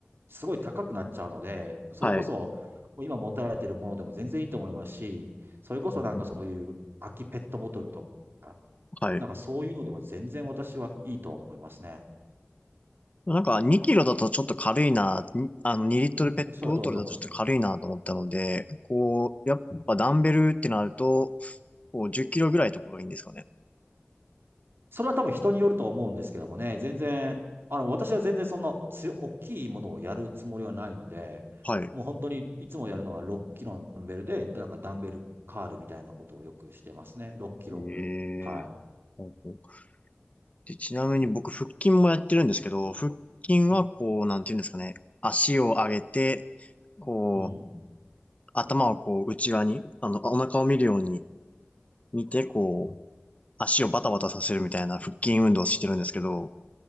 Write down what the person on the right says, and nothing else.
すごい高くなっちゃうので、それこそ、
もう今持たれてるものでも全然いいと思いますし、それこそなんかそういう空きペットボトルとか、
なんかそういうのでも全然私はいいと思いますね。
うん、おっしゃる通りだと思います。
それは多分人によると思うんですけどもね、全然、あの、私は全然そんな強大きいものをやるつもりはないので、
もう本当にいつもやるのは6キロのダンベルで、なんかダンベルカールみたいなことをよくしてますね。6キロ。
はい。
うん。だ